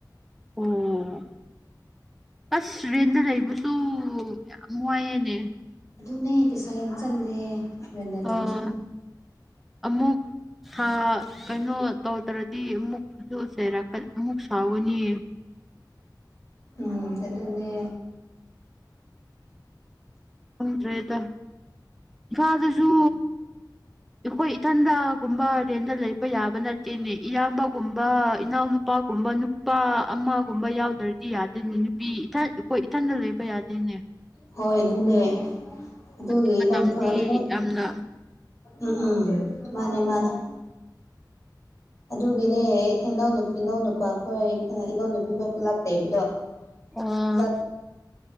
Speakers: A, in the centre; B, on the left (about 45°).
A: ꯑꯣ ꯑꯁ ꯔꯦꯟꯗ ꯂꯩꯕꯁꯨ ꯌꯥꯝ ꯋꯥꯏꯌꯦꯅꯦ꯫
B: ꯑꯗꯨꯅꯦ ꯄꯩꯁꯥ ꯌꯥꯝ ꯆꯠꯂꯦ ꯔꯦꯟꯗ ꯂꯩꯕꯁꯨ
A: ꯑꯥ ꯑꯃꯨꯛ꯫ ꯊꯥ ꯀꯩꯅꯣ ꯇꯧꯗ꯭ꯔꯗꯤ ꯑꯃꯨꯛꯁꯨ ꯆꯩꯔꯛ ꯑꯃꯨꯛ ꯁꯥꯎꯒꯅꯤ꯫
B: ꯎꯝ ꯑꯗꯨꯅꯦ꯫
A: ꯈꯪꯗ꯭ꯔ‌ꯦꯗ ꯐꯗꯨꯁꯨ꯫
B: <inaudible>
A: ꯑꯈꯣꯏ ꯏꯊꯟꯗꯒꯨꯝꯕ ꯔꯦꯟꯗ ꯂꯩꯕ ꯌꯥꯕ ꯅꯠꯇꯦꯅꯦ ꯏꯌꯥꯝꯕꯒꯨꯝꯕ ꯏꯅꯥꯎ꯫ ꯄꯥꯒꯨꯝꯕ ꯅꯨꯄꯥ ꯑꯃꯒꯨꯝꯕ ꯌꯥꯎꯗ꯭ꯔ ꯌꯥꯗꯦꯅꯦ ꯅꯨꯄꯤ ꯏꯊꯟ ꯑꯈꯣꯏ ꯏꯊꯟꯗ ꯂꯩꯕ ꯌꯥꯗꯦꯅꯦ꯫
B: ꯍꯣꯏ ꯑꯗꯨꯅꯦ꯫ ꯑꯗꯨꯒꯤ
A: ꯍꯧꯖꯤꯛ ꯃꯇꯝꯗꯤ
B: ꯏꯅꯧ ꯏꯅꯧ
A: ꯌꯥꯝꯅ
B: ꯎꯝ ꯎꯝ ꯃꯥꯅꯦ ꯃꯥꯅꯦ ꯑꯗꯨꯒꯤꯅꯦ ꯏꯅꯥꯎꯅ ꯏꯅꯥꯎꯅꯨꯄꯥ ꯈꯣꯏ ꯏꯅꯥꯎ ꯅꯨꯄꯤ ꯈꯣꯏ ꯄꯨꯜꯂꯞꯂꯩꯕꯗꯣ꯫
A: ꯑꯣ
B: ꯂꯞ